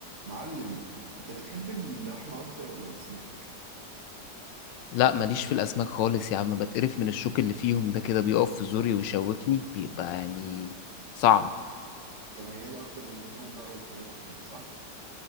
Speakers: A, on the right; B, on the left.
A: معلم انت بتحب اللحمة اكتر ولا الاسماك
B: لا ماليش في الاسماك خالص يا عم بتقرف من الشوك اللي فيهم ده كده بيقف في زوري ويشوكني بيبقى يعني صعب
A: انت ميال اكتر للحوم بقى والفراخ وكده صح